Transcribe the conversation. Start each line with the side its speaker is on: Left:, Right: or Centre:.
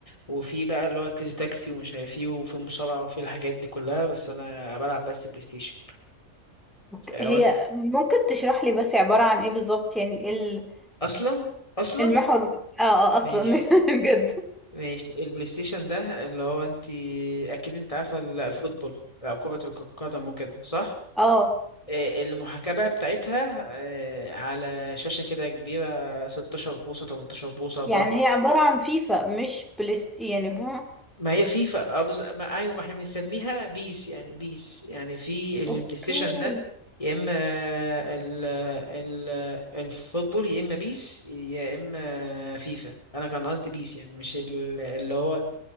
Left: وفي بقى اللي هو كويز تاكسي ومش عارف ايه وفي مصارعه وفي الحاجات دي كلها بس انا بلعب بس بلاي ستيشن
Centre: أوكي.
Left: هو
Centre: هي
Left: أنت-
Centre: ممكن تشرح لي بس عبارة عن ايه بالظبط يعني ايه ال-
Left: اصلا اصلا
Centre: المحور اه اه اصلا
Left: ماشي
Centre: <laughs> بجد
Left: ماشي البلاي ستيشن ده اللي هو انت اكيد انت عارفه ال- الفوتبول أو كرة القدم وكده صح
Centre: اه
Left: آه، المحاكاة بقى بتاعتها آه، على شاشة كده كبيرة 16 بوصة 18 بوصة
Centre: يعني هي عبارة عن فيفا مش بلست يعني فاهمة
Left: ما هي فيفا أبز... ما ايوه ما احنا بنسميها بيس يعني بيس يعني في البلاي
Centre: اوكي
Left: ستيشن ده يا اما ال... ال... الفوتبول يا اما بيس يا اما فيفا انا كان قصدي بيس يعني مش ال- اللي هو